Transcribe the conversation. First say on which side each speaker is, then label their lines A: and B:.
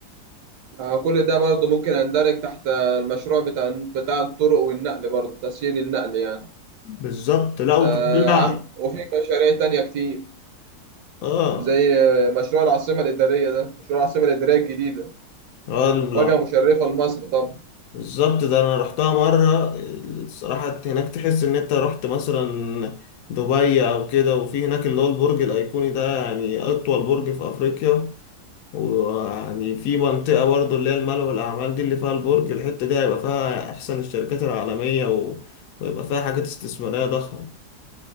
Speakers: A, on the right; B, on the left.
A: آه، كل ده برضه ممكن يندرج تحت المشروع بتاع بتاع الطرق والنقل برضه تسهيل النقل يعني
B: بالظبط لا
A: ده
B: وكمان
A: عم وفي مشاريع تانية كتير
B: اه
A: زي مشروع العاصمة الإدارية ده مشروع العاصمة الإدارية الجديدة
B: اه
A: واجهة
B: لا
A: مشرفة لمصر طبعا
B: بالظبط ده أنا رحتها مرة الصراحة هناك تحس إن أنت رحت مثلا دبي أو كده وفي هناك اللي هو البرج الأيقوني ده يعني أطول برج في أفريقيا ويعني في منطقة برضو اللي هي المال والأعمال دي اللي فيها البرج الحتة دي هيبقى فيها أحسن الشركات العالمية و... ويبقى فيها حاجات استثمارية ضخمة